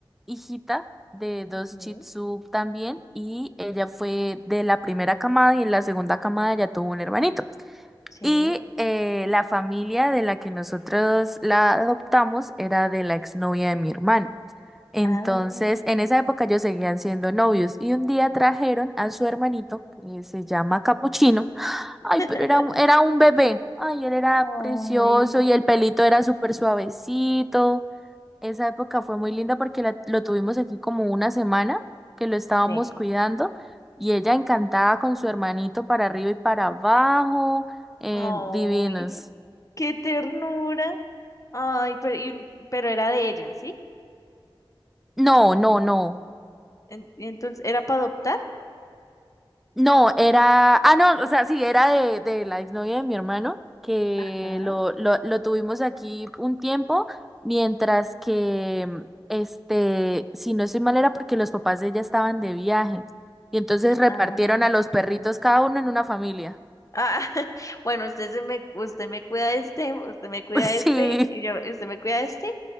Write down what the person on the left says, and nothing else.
Ujú,
Sí.
Ah, ok.
<laughs>
Ay,
no.
Sí.
Ay,
qué ternura. Ay, pero, y- pero era de ella, ¿sí?
En- Entonces, ¿era para adoptar?
Ajá.
Ah,
sí.
Ah, <laughs> bueno, usted se me, usted me cuida este, usted me cuida
este, y yo- usted me cuida este,